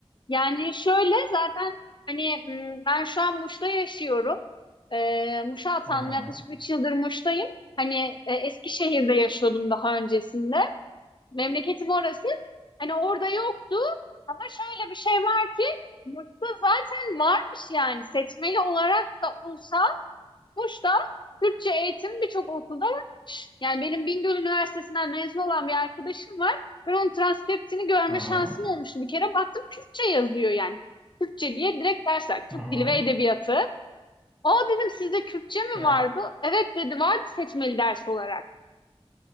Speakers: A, on the left; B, on the right.
A: Yani şöyle zaten hani m, ben şu an Muş'ta yaşıyorum. E, Muş'a atandım
B: hı hı,
A: yaklaşık 3 yıldır Muş'tayım. Hani e, Eskişehir'de yaşıyordum daha öncesinde. Memleketim orası. Hani orada yoktu ama şöyle bir şey var ki Muş'ta zaten varmış yani seçmeli olarak da olsa Muş'ta Türkçe eğitim birçok okulda varmış. Yani benim Bingöl Üniversitesi'nden mezun olan bir arkadaşım var. Ben onun transkriptini görme
B: hı hı,
A: şansım olmuştu. Bir kere baktım Kürtçe yazıyor yani. Kürtçe diye direkt dersler.
B: hı
A: Türk
B: hı.
A: Dili ve Edebiyatı. Aa dedim sizde Kürtçe mi
B: Ya
A: vardı? Evet dedi vardı seçmeli ders olarak.